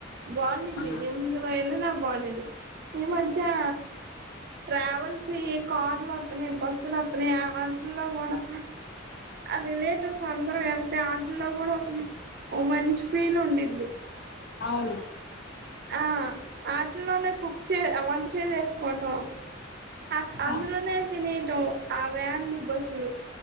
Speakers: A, on the right; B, on the left.
A: బాగుండిద్ది
B: ఆ
A: ఎన్ ఎందులో ఎళ్ళినా బాగుండిద్ది ఈ మధ్యా. ట్రావెల్స్ వీ కార్లు వత్తున్నయి బస్సులు వత్తున్నయి ఆ వాటిల్లో కూడా. ఆ రిలేటివ్స్ అందరం వెళ్తే ఆటిల్లో కూడా ఒక ఓ మంచి ఫీల్ ఉండిద్ది
B: అవును
A: ఆ ఆటిల్లోనే కుక్ చే వంట చేసేసుకోవటం. ఆచ్ అందులోనే
B: ఆ
A: తినేయటం ఆ వ్యాన్లు బస్సులు